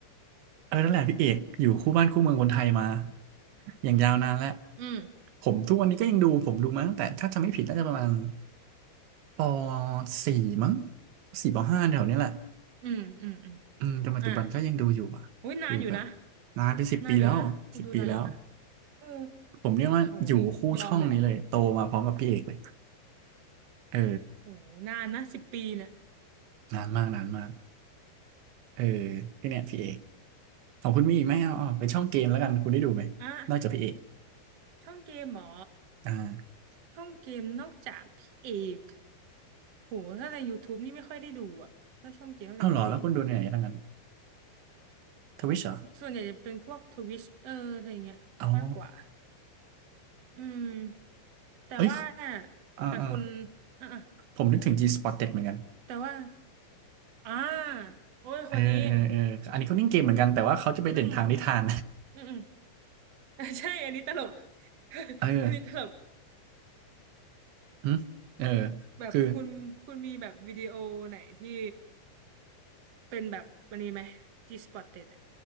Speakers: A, on the right; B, on the right.
A: เออนั่นแหละพี่เอกอยู่คู่บ้านคู่เมืองคนไทยมาอย่างยาวนานแล้ว
B: อืม
A: ผมทุกวันนี้ก็ยังดูผมดูมาตั้งแต่ถ้าจำไม่ผิดน่าจะประมาณปสี่มั้งสี่ปห้าแถวเนี้ยแหละ
B: อืมอืมอืม
A: อืมจนปัจจุบันก็ยังดูอยู่อ่ะคือแบบ
B: อ่ะอุ้ยนานอยู่นะ
A: นานเป็นสิบปีแล้วสิบปีแล้ว
B: นานอยู่นะคุณดูนานอยู่นะเออ
A: ผมเรียกว่าอยู่คู่ช่องนี้เลยโตมาพร้อมกับพี่เอกเลย
B: โหนี่ยอมเลยอ่ะ
A: เออ
B: โหนานนะสิบปีเนี่ย
A: นานมากนานมากเออพี่เนี่ยพี่เอกของคุณมีอีกไหมเอาเอาเป็นช่องเกมแล้วกันคุณได้ดูไหมนอกจากพี่เอก
B: อ่ะช่องเกมเหรอ
A: อ่า
B: ช่องเกมนอกจากพี่เอกโหถ้าใน YouTube นี่ไม่ค่อยได้ดูอ่ะถ้าช่องเกมนอกจากพี่เอก
A: เอาเหรอแล้วคุณดูในไหนทั้งนั้นทวิชเหรอ
B: ส่วนใหญ่จะเป็นพวกทวิชเอออะไรอย่างเงี้ยมากกว่า
A: อ๋อ
B: อืมแต่ว่า
A: เอ้ยอ่าอ่า
B: แต่คุณอ่ะอ่ะ
A: ผมนึกถึง G-Spotted เหมือนกัน
B: แต่ว่าอ่าโอ้ยคนนี้
A: เออเออเอออันนี้เขาเล่นเกมเหมือนกันแต่ว่าเขาจะไปเด่นทางนิทาน
B: เพิ่งอืมอืม <laughs> ใช่อันนี้ตลก <laughs>
A: <laughs> เออ
B: อันนี้ตลก
A: หึเออ
B: แบบคุณคุณมีแบบวิดีโอไหนที่
A: คือ
B: เป็นแบบวันนี้ไหมที่สปอตเ e ็ดอะ